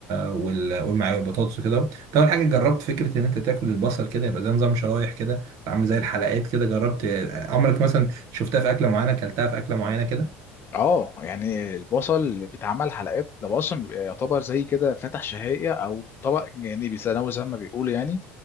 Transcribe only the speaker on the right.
وال... والمعايا والبطاطس وكده انت اول حاجه جربت فكره ان انت تاكل البصل كده يبقى زي نظام شرايح كده عامل زي الحلقات كده جربت عمرك مثلا شفتها في اكله معينه اكلتها في اكله معينه كده